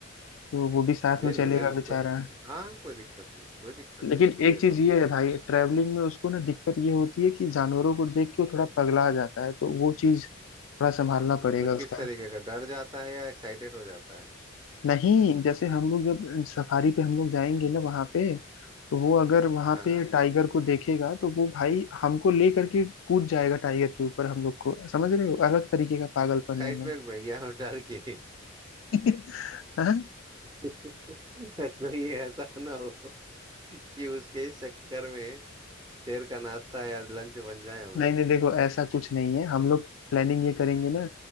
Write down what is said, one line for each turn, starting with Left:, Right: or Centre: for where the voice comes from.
Left: तो वो भी साथ
Right: ले
Left: में
Right: लो
Left: चलेगा
Right: ले लो कोई
Left: बेचारा
Right: दिक्कत नहीं हाँ हाँ, कोई दिक्कत नहीं कोई दिक्कत
Left: लेकिन
Right: नहीं उसको
Left: एक
Right: ले
Left: चीज
Right: लो
Left: ये है भाई ट्रैवलिंग में उसको ना दिक्कत ये होती है कि जानवरों को देख के वो थोड़ा पगला जाता है तो वो चीज थोड़ा संभालना पड़ेगा
Right: मतलब
Left: उसका
Right: किस तरीके का डर जाता है या एक्साइटेड हो जाता है
Left: नहीं जैसे हम लोग जब सफारी पे हम लोग जाएंगे ना वहां पे तो वो अगर वहां
Right: हाँ
Left: पे टाइगर को देखेगा तो वो भाई हमको ले करके कूद जाएगा टाइगर के ऊपर हम लोग को समझ रहे हो अलग तरीके का पागलपन
Right: एक्साइटमेंट
Left: है वो
Right: में या डर के <laughs>
Left: <laughs> हाँ?
Right: कोई ऐसा ना हो कि उसके इस चक्कर में शेर का नाश्ता या लंच बन जाए हम
Left: नहीं
Right: लोग
Left: नहीं देखो ऐसा कुछ नहीं है हम लोग प्लानिंग ये करेंगे ना